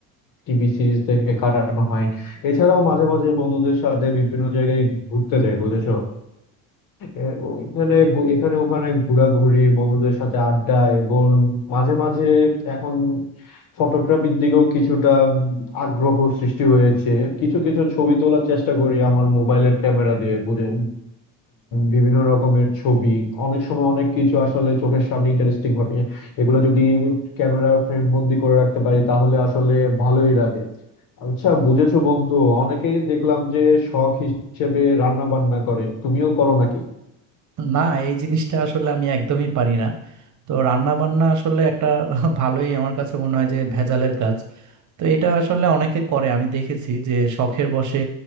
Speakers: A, on the left; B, on the right.
A: টিভি সিরিজ দেখে কাটানো হয় এছাড়াও মাঝে মাঝে বন্ধুদের সাথে বিভিন্ন জায়গায় ঘুরতে যাই বুঝেছো এ, ওইখানে ঘু- এখানে ওখানে ঘোরাঘুরি বন্ধুদের সাথে আড্ডা এবং মাঝে মাঝে এখন ফটোগ্রাফির দিকেও কিছুটা উম, আগ্রহ সৃষ্টি হয়েছে কিছু কিছু ছবি তোলার চেষ্টা করি আমার মোবাইলের ক্যামেরা দিয়ে উম, বিভিন্ন রকমের ছবি অনেক সময় অনেক কিছু আসলে চোখের সামনে ইন্টারেস্টিং ঘটে এগুলো যদি ক্যামেরা ফ্রেম বন্দি করে রাখতে পারি তাহলে আসলে ভালোই লাগে আচ্ছা বুঝেছো বন্ধু অনেকেই দেখলাম যে শখ হিসেবে রান্না বান্না করে তুমিও করো নাকি
B: না এই জিনিসটা আসলে আমি একদমই পারি না তো রান্না বান্না আসলে একটা <laughs> ভালোই আমার কাছে মনে হয় যে ভেজালের কাজ তো এটা আসলে অনেকে করে আমি দেখেছি যে শখের বশে